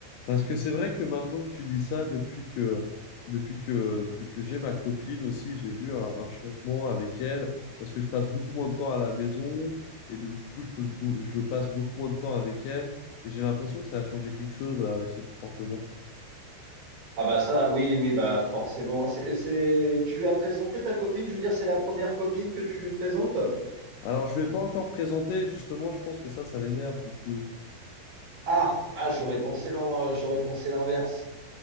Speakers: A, on the left; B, on the right.
A: Parce que c'est vrai que maintenant que tu dis ça, depuis que, depuis que, que, que j'ai ma copine aussi, j'ai vu un, un changement avec elle, parce que je passe beaucoup moins de temps à la maison, et du, du coup, je, pose beau- je passe beaucoup moins de temps avec elle, et j'ai l'impression que ça a changé quelque chose euh, avec son comportement.
B: Ah bah ça, oui, oui, bah forcément. C'est, c'est- Tu lui as présenté ta copine? Je veux dire, c'est la première copine que tu lui présentes?
A: Alors, je ne vais pas encore présenter, justement, je pense que ça, ça l'énerve, du coup.
B: Ah, ah, j'aurais pensé non, euh, j'aurais pensé l'inverse.